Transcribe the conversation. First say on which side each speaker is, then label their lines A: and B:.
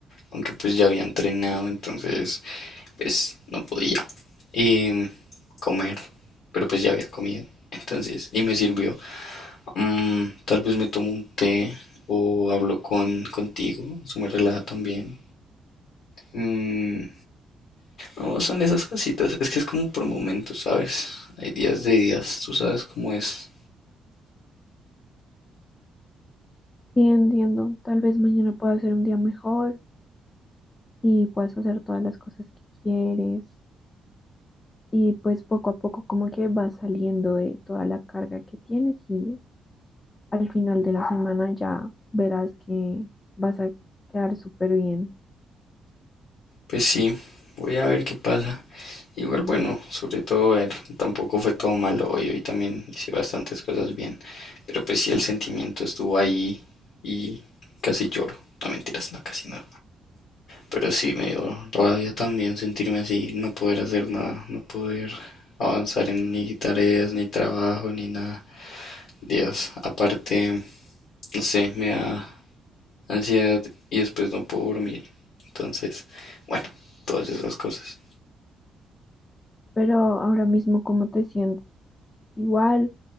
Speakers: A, on the left; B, on the left.
A: aunque pues ya había entrenado, entonces pues no podía eh, comer, pero pues ya había comido. Entonces, y me sirvió. Mm, tal vez me tomo un té o hablo con contigo, eso me relaja también. Mm, no, son esas cositas, es que es como por momentos, ¿sabes? Hay días de días, tú sabes cómo es.
B: Sí, entiendo, tal vez mañana pueda ser un día mejor y puedas hacer todas las cosas que quieres y pues poco a poco como que vas saliendo de toda la carga que tienes y al final de la semana ya verás que vas a quedar súper bien.
A: Pues sí, voy a ver qué pasa. Igual bueno, sobre todo ver, tampoco fue todo malo hoy, hoy también hice bastantes cosas bien, pero pues sí el sentimiento estuvo ahí y casi lloro, no mentiras, no casi no, pero sí me dio rabia también sentirme así, no poder hacer nada, no poder avanzar en ni tareas, ni trabajo, ni nada, Dios, aparte, no sé, me da ansiedad y después no puedo dormir, entonces, bueno, todas esas cosas.
B: Pero ahora mismo, ¿cómo te sientes? ¿Igual